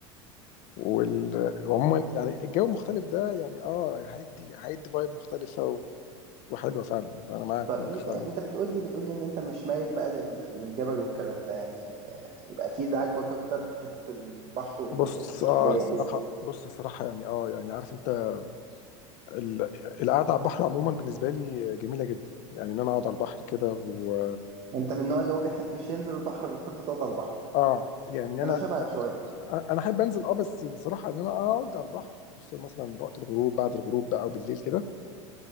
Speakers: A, on the left (about 55°); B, on the right (about 40°).
A: وعموما يعني الجو المختلف ده يعني اه هيدي هيدي فايب مختلفة و... وحلوة فعلا انا معاك
B: طب
A: ممكن
B: انت
A: فعلا
B: انت بتقول لي بتقول لي ان انت مش مايل بقى لل... للجبل والكلام ده يعني آه، يبقى اكيد عاجبك اكتر حتة البحر والمناطق
A: بص
B: الساحلية
A: اه الصراحة
B: مثلا
A: بص الصراحة يعني اه يعني عارف انت ال... القعدة على البحر عموما بالنسبة لي جميلة جدا يعني ان انا اقعد على البحر كده و
B: انت من النوع اللي هو بيحبش ينزل البحر بيحب تقعد على البحر
A: اه يعني انا
B: انا شبهك
A: لا
B: شوية
A: انا احب انزل اه بس الصراحة ان انا اقعد على البحر خصوصا مثلا وقت الغروب بعد الغروب بقى او بالليل كده